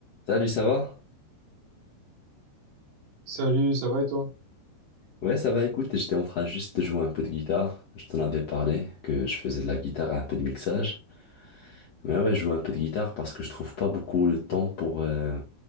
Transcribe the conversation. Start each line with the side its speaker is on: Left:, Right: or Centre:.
Left: Salut, ça va?
Right: Salut, ça va et toi?
Left: Ouais, ça va, écoute, j'étais en train juste de jouer un peu de guitare. Je t'en avais parlé que je faisais de la guitare et un peu de mixage. Mais ouais, je joue un peu de guitare parce que je trouve pas beaucoup le temps pour, euh,